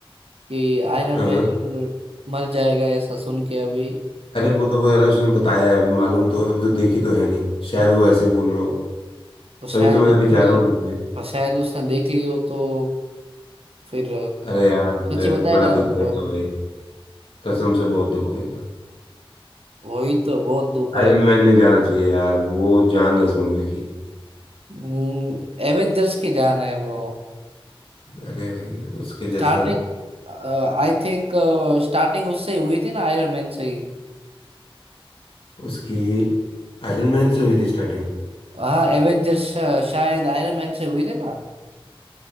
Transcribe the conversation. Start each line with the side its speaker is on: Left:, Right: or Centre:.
Right: कि आयरन
Left: हाँ
Right: मैन मर जाएगा ऐसा सुन के अभी
Left: अरे वो तो वगैरह उसने बताया है अभी मालूम तो अभी तो देखी तो है नहीं शायद वो ऐसे ही बोल रहा हो
Right: तो शायद
Left: तभी तो मैं
Right: उसने
Left: अभी जा रहा हूँ देखने
Right: और शायद उसने देख लियो तो फिर
Left: अरे यार ब-
Right: सच्ची बताएगा
Left: बड़ा
Right: ना नहीं
Left: दुख
Right: तो
Left: होएगा भाई कसम से बहुत दुख होएगा
Right: वही तो बहुत दुख होएगा
Left: आयरन मैन नहीं जाना चाहिए यार वो जान है इस मूवी की
Right: हम्म, एवेंजर्स की जान है वो
Left: अरे भाई उसके
Right: स्टार्टिंग
Left: जैसा
Right: आई थिंक स्टार्टिंग उससे ही हुई थी ना आयरन मैन से ही
Left: उसकी आयरन मैन से हुई थी स्टार्टिंग
Right: हाँ एवेंजर्स शायद आयरन मैन से हुई थी ना